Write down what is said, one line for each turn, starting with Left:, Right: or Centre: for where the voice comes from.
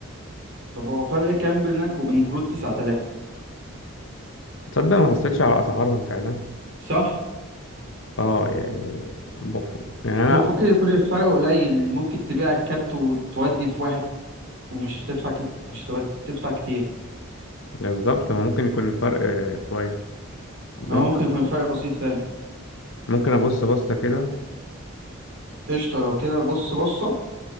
Right: طب هو فرق كام بينك وبين كروت 9000
Left: تصدق ما بصيتش على اسعارهم فعلا
Right: صح
Left: اه يعني المفروض يعني انا
Right: ممكن يكون الفرق قليل ممكن تبيع الكارت وتودي في واحد ومش هتدفع ك... مش هتبقى تدفع كتير
Left: بالظبط ما ممكن يكون الفرق آه، كويس ممكن
Right: هو ممكن يكون الفرق بسيط فعلا
Left: ممكن ابص بصه كده
Right: قشطة لو كده بص بصة